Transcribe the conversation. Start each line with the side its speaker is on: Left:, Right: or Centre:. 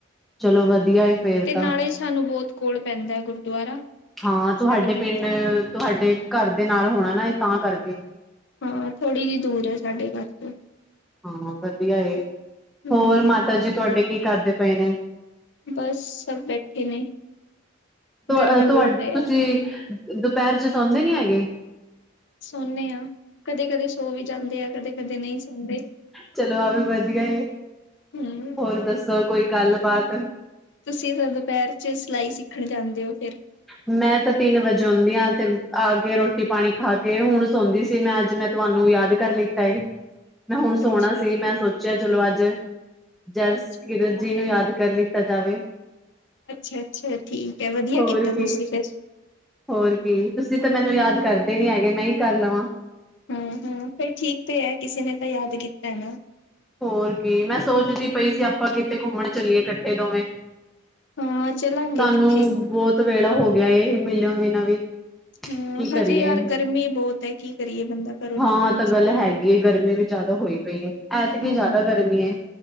Centre: ਚਲੋ ਵਧੀਆ ਏ ਫੇਰ
Left: ਤੇ
Centre: ਤਾਂ
Left: ਨਾਲੇ ਸਾਨੂੰ ਬਹੁਤ ਕੋਲ ਪੈਂਦਾ ਏ ਗੁਰਦੁਆਰਾ
Centre: ਹਾਂ ਤੁਹਾਡੇ
Left: ਸਾਡੇ
Centre: ਪਿੰਡ
Left: ਦਾ
Centre: ਤੁਹਾਡੇ ਘਰ ਦੇ ਨਾਲ ਹੋਣਾ ਨਾ ਇਹ ਤਾਂ ਕਰਕੇ
Left: ਹਾਂ ਥੋੜ੍ਹੀ ਜਿਹੀ ਦੂਰ ਹੈ ਸਾਡੇ ਘਰ ਤੋਂ
Centre: ਹਾਂ ਵਧੀਆ ਏ,
Left: ਹਮ
Centre: ਹੋਰ ਮਾਤਾ ਜੀ ਤੁਹਾਡੇ ਕੀ ਕਰਦੇ ਪਏ ਨੇ,
Left: ਬਸ ਸਭ ਬੈਠੇ ਨੇ
Centre: ਤੁਹਾਡੇ
Left: ਗਰਮੀ ਬਹੁਤ ਹੈ ਯਾਰ
Centre: ਤੁਸੀਂ ਦੁਪਹਿਰ ਚ ਸੌਂਦੇ ਨੀ ਹੈਗੇ
Left: ਸੋੇਨੇ ਆਂ ਕਦੇ ਕਦੇ ਸੋ ਵੀ ਜਾਂਦੇ ਆ। ਕਦੇ ਕਦੇ ਨਹੀਂ ਸੌਦੇ
Centre: ਚਲੋ ਆਹ ਵੀ ਵਧੀਆ
Left: ਹਮ
Centre: ਹੋਰ ਦੱਸੋ? ਕੋਈ ਗੱਲ ਬਾਤ
Left: ਤੁਸੀਂ ਤਾਂ ਦੁਪਹਿਰ ਚ ਸਿਲਾਈ ਸਿੱਖਣ ਜਾਂਦੇ ਹੋ ਫਿਰ
Centre: ਮੈਂ ਤਾਂ ਤਿੰਨ ਵਜੇ ਆਉਂਨੀ ਹਾਂ ਤੇ ਆ ਕੇ ਰੋਟੀ ਪਾਣੀ ਖਾ ਕੇ ਹੁਣ ਸੌਂਦੀ ਸੀ ਮੈਂ ਅੱਜ ਮੈਂ ਤੁਹਾਨੂੰ ਯਾਦ ਕਰ ਲਿੱਤਾ ਏ ਮੈਂ ਹੁਣ
Left: ਅੱਛਾ
Centre: ਸੋਣਾ ਸੀ ਮੈਂ ਸੋਚਿਆ ਚਲੋ ਅੱਜ ਜਸ
Left: ਅੱਛਾ
Centre: ਕਿਰਨ
Left: ਅੱਛਾ
Centre: ਜੀ ਨੂੰ ਯਾਦ ਕਰ ਲਿੱਤਾ ਜਾਵੇ।
Left: ਅੱਛਾ, ਅੱਛਾ ਠੀਕ ਹੈ ਵਧੀਆ
Centre: ਹੋਰ
Left: ਕੀਤਾ ਤੁਸੀਂ
Centre: ਕੀ
Left: ਫਿਰ
Centre: ਹੋਰ ਕੀ ਤੁਸੀਂ ਤਾਂ ਮੈਨੂੰ ਯਾਦ ਕਰਦੇ ਨੀ ਹੈਗੇ ਮੈਂ ਹੀ ਕਰ ਲਵਾਂ।
Left: ਹੁ, ਹੁ ਫੇਰ ਠੀਕ ਤੇ ਹੈ ਕਿਸੇ ਨੇ ਤਾਂ ਯਾਦ ਕੀਤਾ ਐ ਨਾ
Centre: ਹੋਰ ਕੀ ਮੈਂ ਸੋਚਦੀ ਪਈ ਸੀ ਆਪਾਂ ਕਿਤੇ ਘੁੰਮਣ ਚੱਲੀਏ ਇਕੱਠੇ ਦੋਵੇਂ।
Left: ਹਾਂ ਚਲਾਂਗੇ
Centre: ਤਹਾਨੂੰ
Left: ਕਿੱਥੇ
Centre: ਬਹੁਤ ਵੇਲਾ ਹੋ ਗਿਆ ਏ ਮਿਲਿਆ ਬਿਨਾਂ ਵੀ
Left: ਹਮ
Centre: ਕੀ
Left: ਹਜੇ
Centre: ਕਰੀਏ
Left: ਯਾਰ ਗਰਮੀ ਬਹੁਤ ਹੈ ਕੀ ਕਰੀਏ ਬੰਦਾ ਘਰੋਂ
Centre: ਹਾਂ
Left: ਨਿਕਲ ਨੀ
Centre: ਤਾਂ ਗੱਲ
Left: ਸਕਦਾ।
Centre: ਹੈਗੀ ਏ ਗਰਮੀ ਵੀ ਜਿਆਦਾ ਹੋਈ ਪਈ ਹੈ ਐਤਕੀ
Left: ਹਾਂ
Centre: ਜਿਆਦਾ ਗਰਮੀ ਹੈ